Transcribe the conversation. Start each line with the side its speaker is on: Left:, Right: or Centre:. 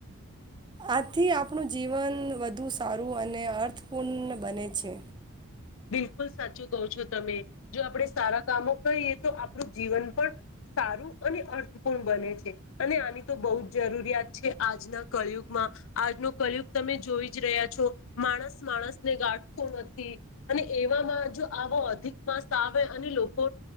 Right: આથી આપણું જીવન વધુ સારું અને અર્થપૂર્ણ બને છે
Left: બિલકુલ સાચું કહો છો તમે જો આપણે સારા કામો કરીએ તો આપણું જીવન પણ સારું અને અર્થપૂર્ણ બને છે અને આની તો બહુ જ જરૂરિયાત છે આજના કલયુગમાં આજનો કલયુગ તમે જોઈ જ રહ્યા છો માણસ માણસને ગાઢતો નથી અને એવામાં જો આવો અધિક માસ આવે અને લોકો